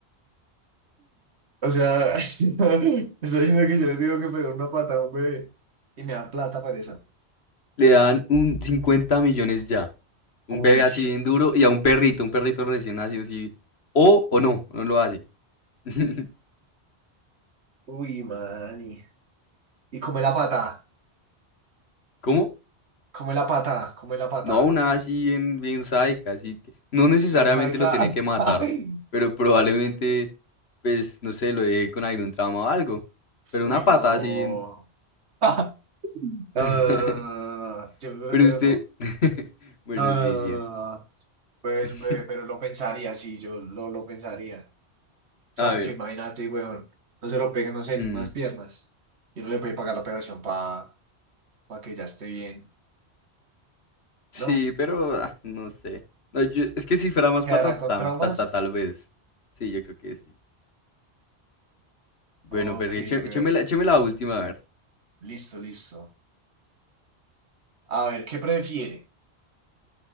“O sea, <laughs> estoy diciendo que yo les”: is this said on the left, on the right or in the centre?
Right